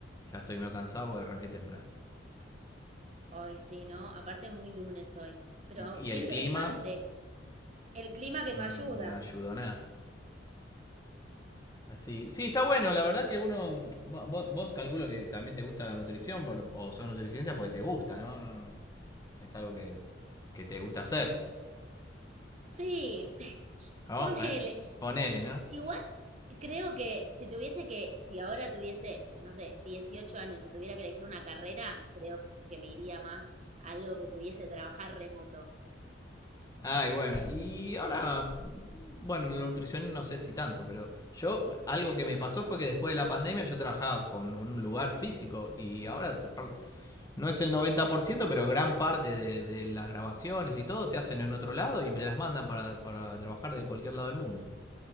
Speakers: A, on the left (about 20°); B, on the right (about 35°).
A: ya estoy medio cansado porque arranqué temprano.
B: Ay, sí, ¿no? Aparte muy lunes hoy. Pero
A: Y
B: qué
A: el
B: interesante.
A: clima
B: El clima que no
A: mm,
B: ayuda.
A: no ayudó nada. Así. Sí, está bueno. La verdad que uno. Vos, vos calculo que también te gusta la nutrición por- o sos nutricionista porque te gusta, ¿no? no, no. Es algo que, que te gusta hacer.
B: Sí, sí. <laughs>
A: ¿no?
B: Ponele.
A: Eh, Ponele, ¿no?
B: Igual creo que si tuviese que, si ahora tuviese, no sé, 18 años y tuviera que elegir una carrera, creo que me iría más a algo que pudiese trabajar remoto.
A: Ah, y bueno. Y ahora. Bueno, la nutrición no sé si tanto, pero yo. Algo que me pasó fue que después de la pandemia yo trabajaba con un lugar físico y ahora no es el 90%, pero gran parte de, de las grabaciones y todo se hacen en otro lado y me las mandan para, para trabajar de cualquier lado del mundo.